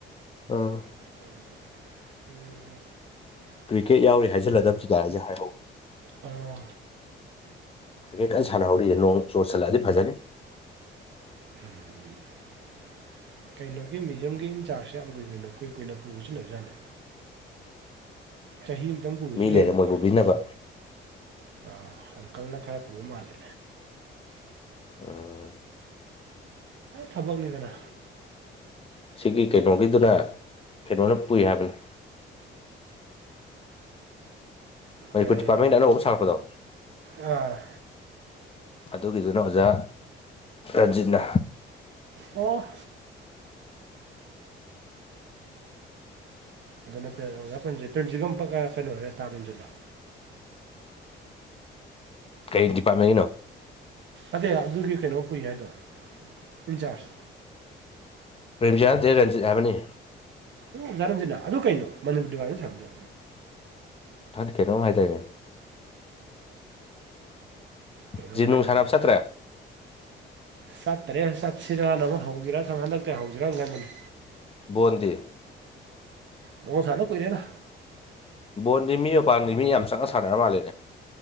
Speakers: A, on the left (about 30°); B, on the right (about 65°).
A: ꯑꯥ
B: <inaudible>
A: ꯀ꯭ꯔꯤꯀꯦꯠ ꯌꯥꯎꯔꯤ ꯍꯥꯏꯖꯜꯂꯗꯕꯤꯒꯥꯏ ꯍꯥꯏꯁꯦ ꯍꯥꯏꯛ
B: ꯑꯣ
A: ꯍꯥꯏꯒꯦ ꯀꯟꯅ ꯁꯥꯟꯅꯍꯧꯔꯤꯑ ꯅꯣꯡ ꯆꯣꯔꯠ ꯆꯜꯂꯛꯑꯗꯤ ꯐꯖꯅꯤ
B: <inaudible> ꯀꯩꯅꯣꯒꯤ ꯃ꯭ꯌꯨꯖꯌꯝꯒꯤ ꯏꯟꯆꯥꯔꯖꯁꯦ ꯌꯥꯝ ꯀꯨꯏꯨ ꯀꯨꯏ ꯀꯨꯏꯅ ꯄꯨꯕꯁꯨ ꯂꯩꯕꯖꯥꯠꯅꯤ ꯆꯍꯤ ꯑꯃꯇꯪ ꯄꯨꯕꯁꯨ
A: ꯃꯤ ꯂꯩꯔꯦ
B: ꯂꯩꯕꯀꯣ
A: ꯃꯣꯏ ꯄꯨꯕꯤꯅꯕ
B: ꯑꯥ ꯑꯪꯀꯜꯅ ꯈꯔ ꯄꯨꯕ ꯃꯥꯜꯂꯦ
A: ꯎꯝ
B: ꯊꯕꯛꯅꯤꯗꯅ
A: ꯁꯤꯒꯤ ꯀꯩꯅꯣꯒꯤꯗꯨꯅ ꯀꯩꯅꯣꯅ ꯄꯨꯏ ꯍꯥꯏꯕꯅꯤ ꯃꯅꯤꯄꯨꯔ
B: ꯀꯩ
A: ꯗꯤꯄꯥꯔꯠꯃꯦꯟꯗ ꯑꯅꯧꯕ ꯁꯥꯡꯉꯛꯄꯗꯣ
B: ꯑꯥ
A: ꯑꯗꯨꯒꯤꯗꯨꯅ ꯑꯣꯖꯥ ꯔꯟꯖꯤꯠꯅ
B: ꯑꯣ ꯑꯗꯨꯅ ꯄꯦꯟ ꯑꯣꯖꯥ ꯄꯁꯦ ꯄꯦꯟꯁꯤꯒ ꯀꯩꯅꯣ ꯔꯦꯁꯇꯥ ꯔꯦꯟꯖꯤꯠꯂꫭ
A: ꯀꯩꯗꯤꯄꯥꯔꯃꯦꯟ
B: ꯑꯗꯩ ꯑꯗꯨꯒꯤ ꯀꯩꯅꯣ ꯄꯨꯏ ꯍꯥꯏꯗꯣ ꯏꯟꯆꯥꯥꯔꯖ
A: ꯄ꯭ꯔꯦꯝꯖꯤꯌꯥ ꯅꯠꯇꯦ ꯔꯟꯖꯤꯠ ꯍꯥꯏꯕꯅꯤ
B: ꯎ ꯙꯔꯟꯖꯅꯥ ꯑꯗꯨ ꯀꯩꯅꯣ ꯃꯅꯤꯕꯥ <unintelligible> ꯁꯖꯣ
A: ꯗꯠ ꯀꯩꯅꯣꯝ ꯍꯥꯏꯗꯥꯏꯅ‌ꯦ
B: ꯀꯩꯅꯣꯝ
A: ꯖꯤꯝ
B: ꯍꯥꯏꯗꯥꯏꯅ‌ꯦ
A: ꯅꯨꯡ ꯁꯥꯟꯅꯕ ꯆꯠꯇ꯭ꯔꯦ
B: ꯆꯠꯇꯔꯦ ꯆꯠꯁꯤꯔꯥꯥꯟꯅ ꯑꯃꯨꯛ ꯍꯧꯖꯤꯔꯥ ꯈꯪ ꯍꯟꯗꯛꯇꯤꯦ ꯍꯧꯖꯤꯁꯤꯔꯥꯅ ꯈꯟꯕꯅꯤ
A: ꯕꫭꯟꯗꯤ
B: ꯃꫭꯟ ꯁꯥꯟꯅ ꯀꯣꯏꯔꯦꯅ
A: ꯕꯣꯟꯗꯤ ꯃꯤ ꯃꯄꯥꯟꯗꯤ ꯃꯤ ꯌꯥꯝ ꯆꯪꯅ ꯁꯥꯟꯅꯔ ꯃꯥꯜꯂꯦꯅꯦ